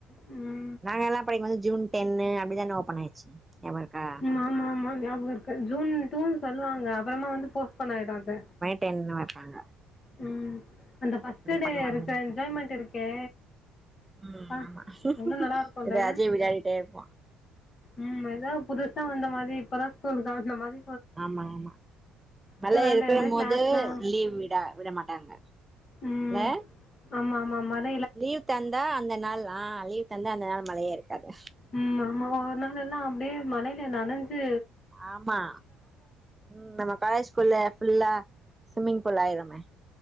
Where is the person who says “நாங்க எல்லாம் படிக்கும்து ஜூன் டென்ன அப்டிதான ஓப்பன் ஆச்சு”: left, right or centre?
Right